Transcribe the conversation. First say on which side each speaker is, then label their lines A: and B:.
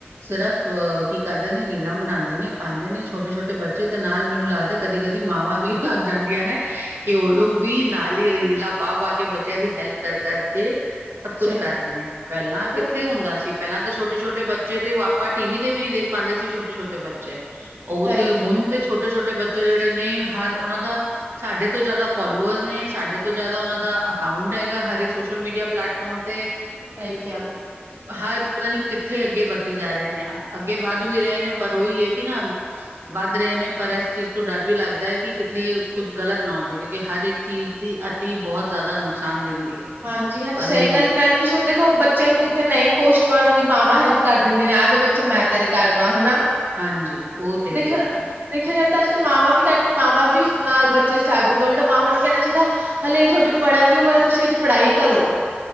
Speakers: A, on the right; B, on the right.
A: ਸਿਰਫ਼ ਕੀ ਕਰਦੇ ਨੇ ਰੀਲਾਂ ਬਣਾਦੇ ਨੇ ਪਾਂਦੇ ਨੇ ਛੋਟੇ ਛੋਟੇ ਬੱਚੇ ਤੇ ਨਾਲ ਮੈਨੂੰ ਲੱਗਦਾ ਕਦੇ ਕਦੀ ਮਾਵਾਂ ਵੀ ਲੱਗ ਜਾਂਦੀਆਂ ਨੇ ਕਿ ਉਹ ਲੋਕ ਵੀ ਨਾਲ ਹੀਲਾ ਪਾ ਪਾ ਕੇ ਬੱਚਿਆਂ ਦੀ ਹੈਲਪ ਕਰ ਕਰਕੇ ਸਭ ਕੁੱਛ
B: ਸਹੀ
A: ਕਰ ਰਹੇ ਨੇ ਪਹਿਲਾਂ ਕਿੱਥੇ
B: ਹੁਣ
A: ਹੁੰਦਾ ਸੀ। ਪਹਿਲਾਂ ਤਾਂ ਛੋਟੇ ਛੋਟੇ ਬੱਚੇ ਤੇ ਆਪਾਂ ਟੀ ਵੀ ਤੇ ਵੀ ਨਹੀ ਦੇਖ ਪਾਉਦੇ ਸੀ ਛੋਟੇ ਛੋਟੇ ਬੱਚੇ। ਉਹ
B: ਸਹੀ
A: ਤੇ
B: ਕਿਹਾ
A: ਹੁਣ। ਤੇ ਛੋਟੇ ਛੋਟੇ ਬੱਚੇ ਜਿਹੜੇ ਨੇ ਹਰ ਉਹਨਾਂ ਦਾ ਸਾਡੇ ਤੋਂ ਜ਼ਿਆਦਾ ਫੋਲੋਵਰਸ ਨੇ ਸਾਡੇ ਤੋਂ ਜ਼ਿਆਦਾ ਉਹਨਾਂ ਦਾ ਅਕਾਊਂਟ ਹੈਗਾ ਹਰ ਇੱਕ ਸੋਸ਼ਲ ਮੀਡੀਆ ਪਲੇਟਫਾਰਮ ਤੇ।
B: ਸਹੀ ਕਿਹਾ
A: ਹਰ ਪਤਾ ਨੀ ਕਿੱਥੇ ਅੱਗੇ ਵੱਧਦੀ ਜਾ ਰਹੇ ਨੇ ਅੱਗੇ ਵੱਧ ਵੀ ਰਹੇ ਨੇ ਪਰ ਉਹੀ ਹੈ ਕਿ ਨਾ ਵੱਧ ਰਹੇ ਨੇ ਪਰ ਇਸ ਚੀਜ਼ ਤੋਂ ਡਰ ਵੀ ਲੱਗਦਾ ਹੈ। ਕਿ ਕਿਥੇ ਕੁੱਝ ਗ਼ਲਤ ਨਾ ਹੋ ਜਾਵੇ ਕਿਉਂਕਿ ਹਰ ਇੱਕ ਚੀਜ਼ ਦੀ ਅਤੀ ਬਹੁਤ ਜ਼ਿਆਦਾ ਨੁਕਸਾਨ ਦਿੰਦੀ ਹੈ।
B: ਹਾਂਜੀ ਹਾਂਜੀ
A: ਪਰ
B: ਸਹੀ
A: ਹੁਣ
B: ਗੱਲ ਮੈਂ ਤੁਸੀਂ ਹੁਣ ਦੇਖੋ ਬੱਚਿਆਂ ਨੂੰ ਕਿੱਥੇ ਨਹੀਂ ਪੋਸਟ ਪਾਉਣੀ ਹੁੰਦੀ ਮਾਵਾਂ ਹੈਲਪ ਕਰ ਦਿੰਦੀ ਨੇ ਆ ਜਾ ਬੱਚੇ ਮੈਂ ਤੇਰੇ ਕਰ ਦੇਵਾਂ ਹਨਾ।
A: ਹਾਂਜੀ ਉਹ ਤੇ
B: ਦੇਖਿਆ
A: ਹੈ ਹੀ ਆ।
B: ਦੇਖਿਆ ਜਾਵੇ ਤਾਂ ਅੱਜ ਕੱਲ ਮਾਵਾਂ ਵੀ ਘੱਟ ਨੀ ਮਾਵਾਂ ਵੀ ਨਾਲ ਬੱਚੇ ਸਾਥ ਦਿੰਦੇ ਉਲਟਾ ਮਾਵਾਂ ਨੇ ਕਹਿਣਾ ਚਾਹੀਦਾ ਹਲੇੇ ਇਹ ਤੁਹਾਡੀ ਪੜ੍ਹਨ ਦੀ ਉਮਰ ਹੈ ਤੁਸੀਂ ਅੱਜ ਪੜ੍ਹਾਈ ਕਰੋ